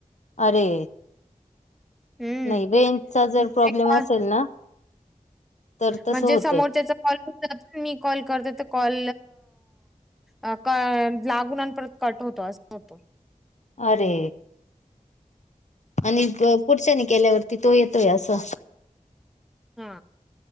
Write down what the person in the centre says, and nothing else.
हं,
म्हणजे
कॉल
म्हणजे
समोरच्याचा कॉल <unintelligible> मी कॉल करते तर कॉल अ क लागून अन् परत कट होतो असं होतं.
हा